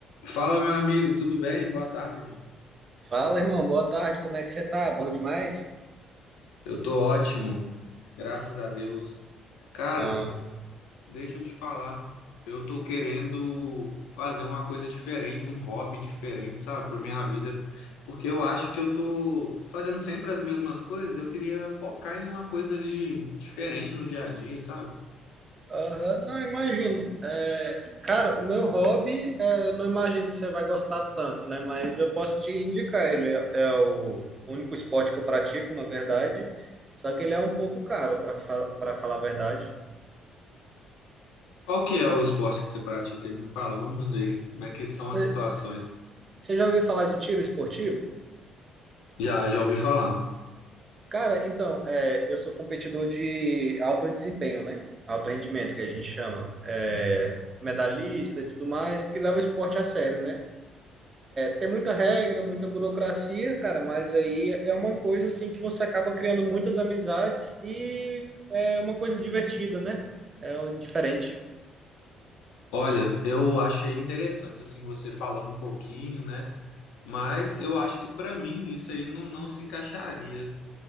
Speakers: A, on the left; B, on the right.
A: Fala, meu amigo, tudo bem? Boa tarde.
B: Fala, irmão, boa tarde, como é que você tá? Bom demais?
A: Eu tô ótimo, graças a Deus. Cara,
B: Bom.
A: deixa eu te falar. Eu tô querendo fazer uma coisa diferente, um hobby diferente, sabe, pra minha vida, porque eu acho que eu tô fazendo sempre as mesmas coisas. Eu queria focar em uma coisa ali diferente no dia a dia, sabe?
B: Aham, não, imagino. É, cara, o meu hobby, é, não imagino que você vai gostar tanto, né? Mas eu posso te indicar, ele é, é o único esporte que eu pratico, na verdade, só que ele é um pouco caro, para para falar a verdade.
A: Qual que é o esporte que você pratica aí? Me fala, vamos ver como é que são as
B: Você
A: situações.
B: você já ouviu falar de tiro esportivo?
A: Já, já ouvi falar.
B: Cara, então, é, eu sou competidor de alto desempenho, né? Alto rendimento, que a gente chama. É, medalhista e tudo mais, que leva o esporte a sério, né? Tem muita regra, muita burocracia, cara, mas aí é uma coisa assim que você acaba criando muitas amizades e é uma coisa divertida, né? É o- diferente.
A: Olha, eu achei interessante assim você falando um pouquinho, né? Mas eu acho que pra mim isso aí não, não se encaixaria,